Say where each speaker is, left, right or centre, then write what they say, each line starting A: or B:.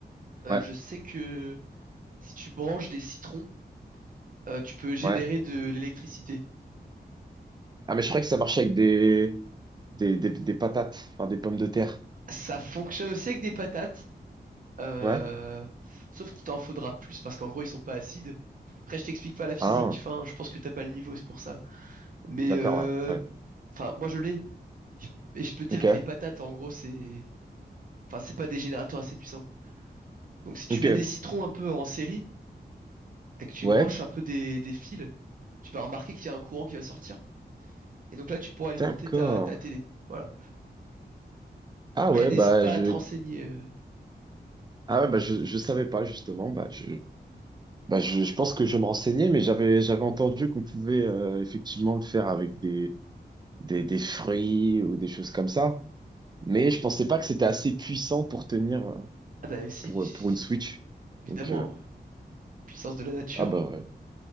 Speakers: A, on the right; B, on the right.
A: Euh,
B: Ouais,
A: je sais que si tu branches des citrons, euh, tu peux générer
B: ouais.
A: de l'électricité.
B: Ah mais je croyais que ça marchait avec des des, des, des patates, enfin des pommes de terre.
A: Ça fonctionne aussi avec des patates, euh,
B: Ouais.
A: sauf qu'il t'en faudra plus parce qu'en gros, ils sont pas acides. Après, je t'explique pas la physique.
B: Ah
A: Enfin, je pense que t'as pas le niveau, c'est pour ça. Mais
B: d'accord
A: euh,
B: ouais ouais.
A: enfin, moi je l'ai. Je- Et je peux te dire
B: Ok
A: que les patates, en gros, c'est, enfin, c'est pas des générateurs assez puissants. Donc, si tu
B: ok
A: mets des citrons un peu en série et que tu
B: ouais
A: branches un peu des, des fils, tu vas remarquer qu'il y a un courant qui va sortir. Et donc là, tu pourras alimenter
B: d'accord.
A: ta, ta télé. Voilà.
B: Ah
A: Après,
B: ouais
A: n'hésite
B: bah
A: pas
B: je
A: à te renseigner. euh.
B: ah ouais, bah je je savais pas justement bah je bah je, je pense que je me renseignais mais j'avais j'avais entendu qu'on pouvait euh, effectivement le faire avec des des des fruits ou des choses comme ça. Mais je pensais pas que c'était assez puissant pour tenir euh,
A: Ah bah si,
B: pour,
A: si, si,
B: pour une Switch.
A: si. évidemment,
B: Donc, euh,
A: euh, puissance de la nature.
B: ah bah,
A: euh.
B: ouais.